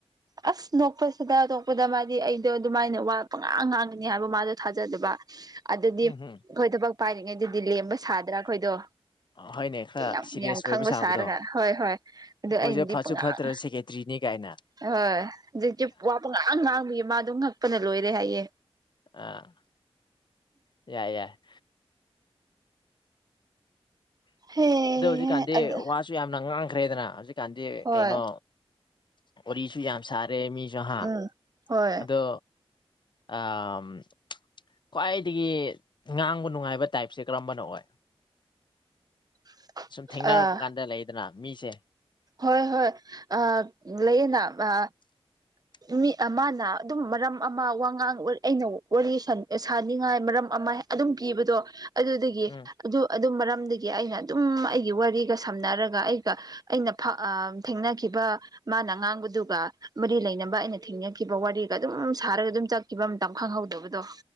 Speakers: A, on the right; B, on the left.
A: ꯑꯁ ꯅꯣꯛꯄꯁꯤꯗ ꯅꯣꯛꯄꯗ ꯃꯥꯗꯤ ꯑꯩꯗꯣ ꯑꯗꯨꯃꯥꯏꯅ ꯋꯥꯠ ꯄꯪꯉꯥꯡ ꯉꯥꯡꯒꯅꯤ ꯍꯥꯏꯕ ꯃꯥꯗꯣ ꯊꯥꯖꯗꯕ ꯑꯗꯨꯗꯤ
B: ꯎꯝ
A: ꯑꯩꯈꯣꯏ
B: ꯍꯝ
A: ꯊꯕꯛ ꯄꯥꯏꯔꯤꯉꯩꯗꯗꯤ ꯂꯦꯝꯕ ꯁꯥꯗ꯭ꯔꯥ ꯑꯩꯈꯣꯏꯗꯣ
B: ꯍꯣꯏꯅꯦ ꯈꯔ
A: ꯌꯥꯝ
B: ꯁꯤꯔꯤꯌꯁ
A: ꯌꯥꯝ ꯈꯪꯕ
B: ꯑꯣꯏꯕ ꯁꯥꯕꯗꯣ
A: ꯁꯥꯔꯒ ꯍꯣꯏ ꯍꯣꯏ ꯑꯗꯨ
B: ꯑꯩꯈꯣꯏꯁꯦ
A: ꯑꯩꯅꯗꯤ
B: ꯐꯠꯁꯨ
A: ꯄꯪꯉꯥꯡ
B: ꯐꯠꯇ꯭ꯔ ꯁꯦꯀꯦꯇ꯭ꯔꯤꯅꯤ ꯀꯥꯏꯅ
A: ꯍꫭꯏ ꯍꯧꯖꯤꯀꯤ ꯋꯥ ꯄꯪꯉꯥꯡ ꯉꯥꯡꯕꯒꯤ ꯃꯗꫭ ꯉꯛꯄꯅ ꯂꯣꯏꯔꯦ ꯍꯥꯏꯌꯦ
B: ꯑ ꯌꯥꯏ ꯌꯥꯏ
A: ꯍꯦ
B: ꯑꯗꫭ ꯍꯧꯖꯤꯛꯀꯥꯟꯗꯤ
A: ꯑꯗ
B: ꯋꯥ ꯁꯨ ꯌꯥꯝꯅ ꯉꯥꯡꯈ꯭ꯔꯦꯗꯅ ꯍꯧꯖꯤꯛꯀꯥꯟꯗꯤ
A: ꯍꯣꯏ
B: ꯀꯩꯅꯣ ꯋꯥꯔꯤꯁꯨ ꯌꯥꯝ ꯁꯥꯔꯦ ꯃꯤ <unintelligible>
A: ꯎꯝ ꯍꯣꯏ
B: ꯑꯗꯣ ꯑꯝ ꯈ꯭ꯋꯥꯏꯗꯒꯤ ꯉꯥꯡꯕ ꯅꯨꯡꯉꯥꯏꯕ ꯇꯥꯏꯞꯁꯦ ꯀꯔꯝꯕꯅꯣ ꯑꯣꯏ
A: <inaudible>
B: ꯁꯨꯝ ꯊꯦꯡꯅꯔꯛꯄ
A: ꯑꯥ
B: ꯀꯥꯟꯗ ꯂꯩꯗꯅ ꯃꯤꯁꯦ
A: ꯍꯣꯏ ꯍꯣꯏ ꯑ ꯂꯩꯌꯦꯅ ꯑ
B: <inaudible>
A: ꯃꯤ ꯑꯃꯅ ꯑꯗꯨꯝ ꯃꯔꯝ ꯑꯃ ꯋꯥꯉꯥꯡ ꯑꯩꯅ ꯋꯥꯔꯤ ꯁꯥꯅꯤꯡꯉꯥꯏ ꯃꯔꯝ ꯑꯃ ꯑꯗꯨꯝ ꯄꯤꯕꯗꯣ ꯑꯗꯨꯗꯒꯤ
B: ꯎꯝ
A: ꯑꯗꯨ ꯑꯗꯨ ꯃꯔꯝꯗꯒꯤ ꯑꯩꯅ ꯑꯗꯨꯝ ꯑꯩꯒꯤ ꯋꯥꯔꯤꯒ ꯁꯝꯅꯔꯒ ꯑꯩꯒ ꯑꯩꯅ ꯐꯥ ꯑꯝ ꯊꯦꯡꯅꯈꯤꯕ ꯃꯥꯅ ꯉꯥꯡꯕꯗꯨꯒ ꯃꯔꯤ ꯂꯩꯅꯕ ꯑꯩꯅ ꯊꯦꯡꯅꯈꯤꯕ ꯋꯥꯔꯤꯒ ꯑꯗꯨꯝ ꯁꯥꯔꯒ ꯑꯗꯨꯝ ꯆꯠ ꯈꯤꯕꯃꯇꯝ ꯈꯪꯍꯧꯗꯕꯗꯣ